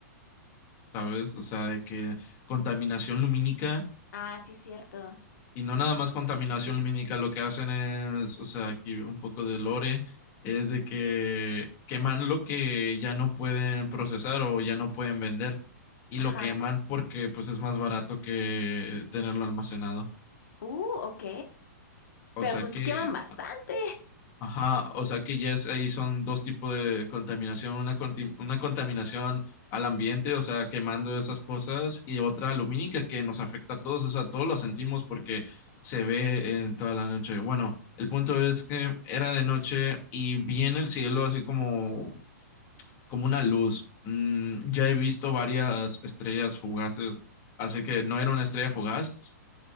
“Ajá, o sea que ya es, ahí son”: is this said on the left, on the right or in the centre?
Left